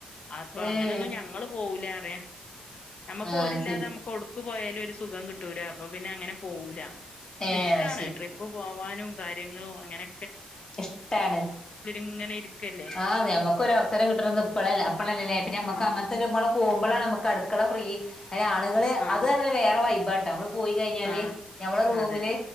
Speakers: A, on the left; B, on the left.
A: അപ്പൊ
B: ഏഹ്
A: അങ്ങനെന്നും ഞങ്ങള് പോവൂല റിയ നമ്മക്ക്
B: ആഹ്
A: ഓരില്ലാതെ
B: ശരി
A: നമുക്ക് ഒടുക്ക് പോയാലും ഒരു സുഖം കിട്ടൂരാ അപ്പൊ പിന്നെ അങ്ങനെ പോകൂല
B: ഏഹ്
A: ഇഷ്ടാണ്
B: ശരി
A: ട്രിപ്പ് പോവാനും കാര്യങ്ങളും അങ്ങനെ
B: ഇഷ്ട്ടാണ്
A: ഇങ്ങനെ ഇരിക്കല്ലേ
B: ആന്ന് ഞമ്മക്ക് ഒരവസരം കിട്ടണത് ഇപ്പളല്ല അപ്പളല്ലലെ. പിന്നെ നമ്മക്ക്
A: ആഹ്
B: അങ്ങനത്തെ ഒരുമ്മള് പോകുമ്പളാണ് നമുക്ക് അടുക്കള ഫ്രീ അയിന് ആണുങ്ങള്
A: ആഹ്
B: അത് റഞ്ഞാല് വേറെ വൈ ബട്ട നമ്മള് പോയി കഴിഞ്ഞാല്
A: ആഹ്
B: നമ്മളെ റൂമില്
A: അതെ